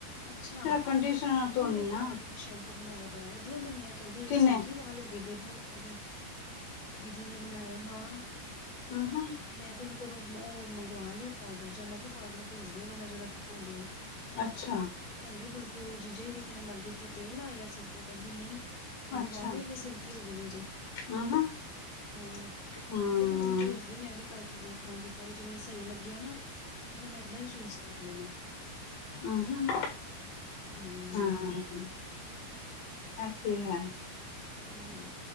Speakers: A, on the left; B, on the left.
A: ਅੱਛਾ
B: ਕੰਡੀਸ਼ਨਰ
A: <unintelligible>
B: ਧੋਨੀ
A: ਘਾਰ
B: ਆ
A: ਕਹਿੰਦੇ ਸੈ਼ ਬੂ ਬਣਾਇਆ ਬੜਾ ਵਧੀਆ ਬੰਨਿਆ ਕਹਿੰਦੀ
B: ਕਿੰਨੇ
A: ਸਿਲਕੀ ਵਾਲ ਹੋ ਗਏ ਬੇਬੂ ਔਹਦੇ ਦੀਦੀ ਨੇ ਬਨਾਇਆ ਹਾਂ
B: ਅ ਹ
A: ਮੈਂ ਤੈਨੂੰ ਕੋਲੋਂ ਔਹ ਮੰਗਵਾ ਲਿਆ ਪਾਊਡਰ ਜਯਾ ਮੈਂ ਕਿਹਾ ਪਾਊਡਰ ਭੇਜ ਦੇ ਔ ਵਾਲਾ ਜਿਹੜਾ ਤੂ ਘੋਲਿਆਈ
B: ਅੱਛਾ
A: ਕਹਿੰਦੀ ਬਲਕੇ ਔਹ ਜੀਜਾਂ ਜੀ ਵੀ ਕਹਿਣ ਲੱਗ ਗੇਏ ਤੂੰ ਤੇਲ ਲਾਯਾ ਸਿਰ ਤੇ ਔਹ ਕਹਿੰਦੀ ਨਹੀਂ ਕਹਿੰਦੀ
B: ਅੱਛਾ
A: ਵਾਲ ਹੀ ਇੰਨੇ ਸਿਲਕੀ ਹੋ ਗਏ ਨੇ ਔਹਦੇ
B: ਹੂੰ ਹੂੰ
A: ਹਾਂ ਹਨ
B: ਹੂੰ
A: ਮੈਂ ਕਿਹਾ ਤੂੰ ਮੈਨੂੰ ਭੇਜ਼ <unintelligible> ਮੈਂ ਵੀ ਕਰਕੇ ਦੇਖ ਲਾਂਗੀ ਇੱਕ ਵਾਰੀ ਜੇ ਮੈਨੂੰ ਸਹੀ ਲੱਗਿਆ ਨਾ ਤੇ ਫੇਰ ਮੈਂ ਏਦਾਂ ਹੀ ਚੂਜ਼ ਕਰ ਲੈਣਾ
B: ਓ ਹੂਂ
A: ਹੂੰ
B: ਹੂੰ ਐਹ ਤੇ ਹੈ
A: ਹੂੰ